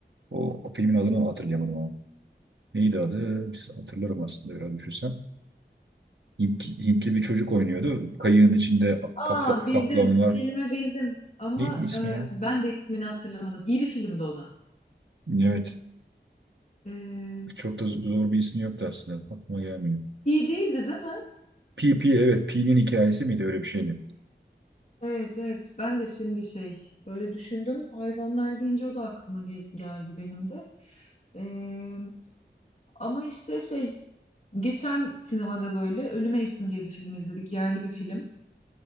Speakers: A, on the right; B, on the left.
A: o, o filmin adını hatırlayamadım ama. neydi adı? Biz hatırlarım aslında biraz düşünsem. Hintli, Hintli bir çocuk oynuyordu. Kayığın içinde
B: Aa
A: kapla-
B: bildim.
A: kaplan var.
B: Filmi bildim. Ama
A: Neydi ismi
B: e,
A: ya?
B: ben de ismini hatırlamadım. İyi bir filmdi o da.
A: Evet.
B: Ee,
A: Çok da zor bir ismi yoktu aslında. Aklıma gelmiyor.
B: iyi değildi değil mi?
A: P P evet. P'nin hikayesi miydi? Öyle bir şeydi.
B: Evet evet. Ben de şimdi şey böyle düşündüm. Hayvanlar deyince o da aklıma gel- geldi benim de. Ee, ama işte şey geçen sinemada böyle Ölü Mevsim diye bir film izledik. Yerli bir film.